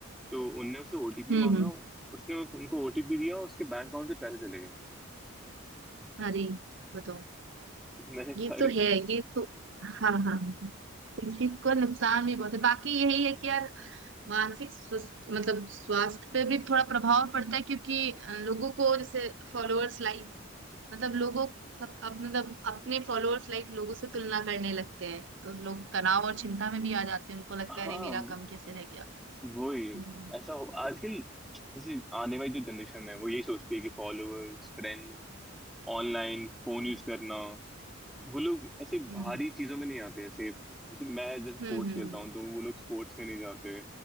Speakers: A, in the centre; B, on the right.
A: तो उनने उससे ओटीपी
B: हम्म
A: मांगा
B: हम्म,
A: उसने उनको ओटीपी दिया और उसके बैंक अकाउंट से पैसे चले गए
B: अरे बताओ
A: <laughs> मैंने
B: ये
A: कहा अरे
B: तो है ये तो हाँ हाँ इस चीज का नुकसान भी बहुत है बाकी यही है कि यार मानसिक स्वस्थ मतलब स्वास्थ्य पे भी थोड़ा प्रभाव पड़ता है क्योंकि अ, लोगों को जैसे फॉलोअर्स लाइक्स मतलब लोगों सब अब मतलब अपने फॉलोअर्स लाइक लोगों से तुलना करने लगते हैं तो लोग तनाव और चिंता में भी आ जाते हैं उनको लगता
A: <laughs>
B: है
A: हाँ
B: अरे मेरा कम कैसे रह गया
A: वही
B: हम्म
A: ऐसा हो आजकल जैसे आने वाली जो जनरेशन है वो यही सोचती है कि followers friends online phone
B: हम्म।
A: use करना वो लोग ऐसे
B: हम्म
A: बाहरी चीजों में नहीं आते ऐसे जैसे मैं जैसे स्पोर्ट्स
B: हम्म
A: खेलता हूँ तो वो लोग स्पोर्ट्स में नहीं जाते